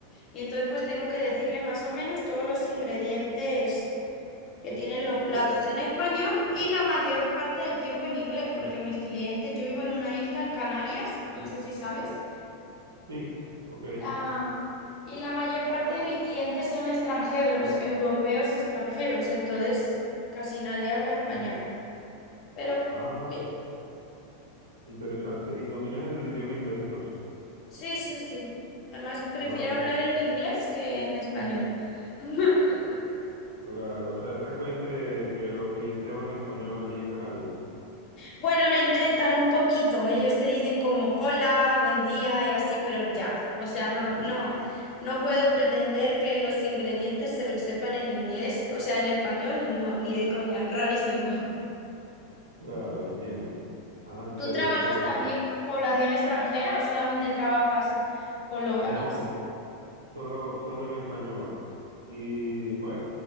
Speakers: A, on the left (about 40°); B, on the right (about 75°).
A: y entonces, pues tengo que decirle más o menos todos los ingredientes que tienen los platos en español y la mayor parte del tiempo en inglés, porque mis clientes, yo vivo en una isla en Canarias, no sé si sabes.
B: Sí, ok.
A: Ah, y la mayor parte de mis clientes son extranjeros, europeos extranjeros, entonces casi nadie habla español. Pero
B: Ah,
A: bien,
B: interesante. ¿Y dominas el idioma inglés entonces?
A: sí, sí, sí. Además, prefiero
B: Ah, ok.
A: hablar en inglés que en español. <laughs>
B: Claro, o sea, es frecuente que los clientes hablan en español allí en Canarias.
A: Bueno, lo intentan un poquito. Ellos te dicen como hola, buen día y así, pero ya. O sea, no, no, no puedo pretender que los ingredientes se los sepan en inglés, o sea, en español, no, ni de coña. Rarísimo.
B: Claro, entiendo. Ah,
A: ¿Tú
B: chévere,
A: trabajas
B: qué bueno.
A: también con población extranjera o solamente trabajas con locales?
B: No, solo, solo en español. Y bueno,